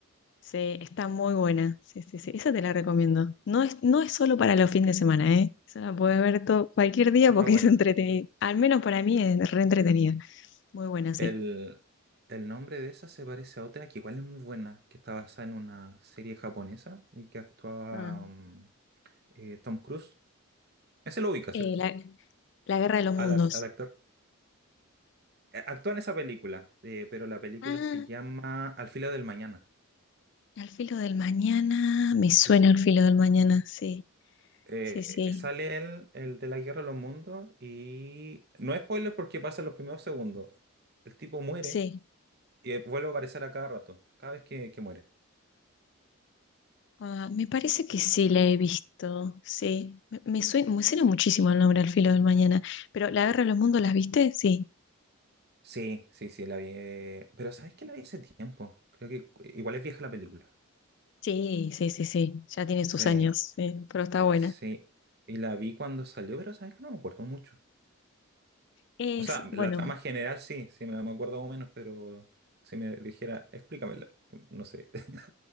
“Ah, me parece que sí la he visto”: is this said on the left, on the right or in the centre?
Left